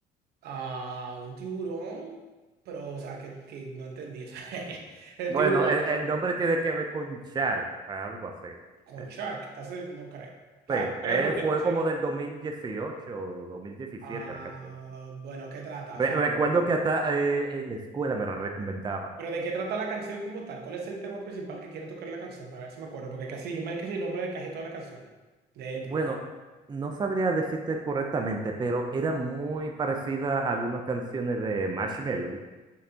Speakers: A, on the right (about 70°); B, on the right (about 25°).
A: Ah, un tiburón, pero, o sea, que, que no entendí, o sea, <laughs> el
B: Bueno,
A: tiburón,
B: el,
A: pero
B: el nombre tiene que ver con Shark, algo así.
A: con
B: Eh,
A: shark, entonces no creo. O sea,
B: Sí,
A: no creo
B: eh,
A: porque
B: fue
A: no sé
B: como
A: bien.
B: del 2018 o diecisiete
A: Ah,
B: la canción.
A: bueno, ¿qué trata?
B: Re-
A: O sea,
B: recuerdo que hasta eh, en la escuela me la recomendaban.
A: pero ¿de qué trata la canción como tal? ¿Cuál es el tema principal que quiere tocar la canción? Para ver si me acuerdo, porque casi, yo me sé casi el nombre de casi todas las canciones, de él por
B: Bueno,
A: lo menos.
B: no sabría decirte correctamente, pero era muy parecida a algunas canciones de Marshmello.